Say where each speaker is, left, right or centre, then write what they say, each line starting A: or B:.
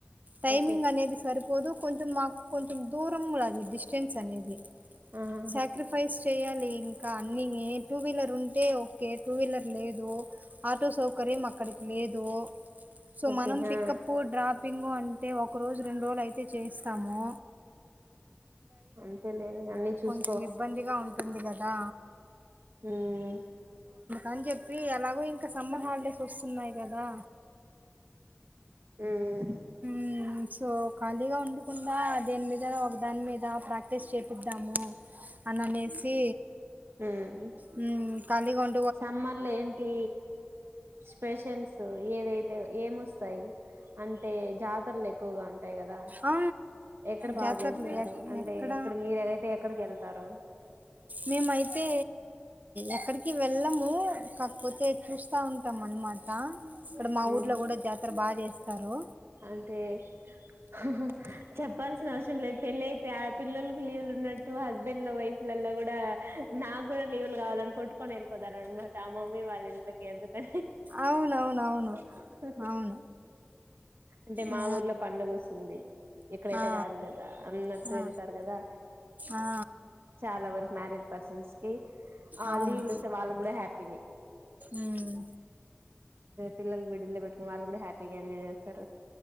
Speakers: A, on the right (about 40°); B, on the right (about 70°).
A: టైమింగ్
B: ఓకే
A: అనేది సరిపోదు కొంచెం మా కొంచెం దూరం కూడా డిస్టెన్స్ అనేది
B: ఆహా
A: సక్రిఫైస్ చెయాలి ఇంకా అన్ని టూ వీలర్ ఉంటే ఓకే టూ వీలర్ లేదు ఆటో సౌకర్యం అక్కడికి లేదు సో
B: ఓకే
A: మనం పికప్
B: ఆ
A: డ్రాపింగ్ అ అంటే ఒక రోజు రెండు రోజులు అయితే చేస్తాము
B: అంతేలేండి అన్నీ చూసు
A: మ్మ్ ఇబ్బందిగా ఉంటుం ది గదా
B: హుం
A: అని చెప్పి ఎలాగో ఇంకా సమ్మర్ హాలిడేస్ వస్సున్నాయి గదా
B: మ్మ్ హ్మ్
A: మ్మ్ సో ఖాళీగా ఉండకుండా దేని మీదో ఒక దాని మీద ప్రాక్టీస్ చేపిద్దాము అని అనేసి.
B: ఉమ్
A: హ్మ్ ఖాళీగా ఉం
B: సమ్మర్ లో ఏంటి స్పెషల్స్ ఏదైతే ఏం వొస్తాయి అంటే జాతరలు ఎక్కువగా ఉంటాయి కదా
A: అ
B: ఎక్కడ
A: జాతర్లు
B: బాగా చేస్తారు
A: ఎ
B: అంటే
A: ఎక్కడ
B: మీరయితే ఎక్కడికి వెళ్తారు
A: మేమైతే ఎక్కడి ఈ వెళ్ళము కాకపోతే చూస్తా ఉం ట మనమాట ఇక్కడ మా
B: ఉమ్
A: ఊర్లో కూడా జాతర బా చేస్ టారో
B: అంటే హా హా చెప్పల్సిన అవసరం లేదు పెళ్లయితే ఆ పిల్లలకి లీవలున్నట్టు హస్బండ్ లో వైఫ్లలా కూడా నాకు కూడా లీవులు కావాలని కొట్టుకొని వఎల్ పోతరన మట త మమ్మీ వాళ్ళిలకి ఎందుకు
A: అవునవునవును
B: హ్
A: అవును
B: అంటే మా
A: ఆ
B: ఊర్లో పండగ వస్తుంది ఎక్కడైతే
A: ఆ
B: కాదు కదా అన్నట్తో
A: ఆ
B: వెళ్తారు కదా
A: ఆ ఆ
B: చాలా వరకు మ్యారేజ్ పర్సన్స్ కి ఆ
A: అవును
B: లీవ్లు వస్తే వాళ్ళకి కూడా హ్యాపీని
A: మ్మ్
B: పిల్లలు బిడ్డిలు పెట్టుకు వాళ్ళు కూడా హ్యాపీగా ఎంజయ్ చెస్ తరు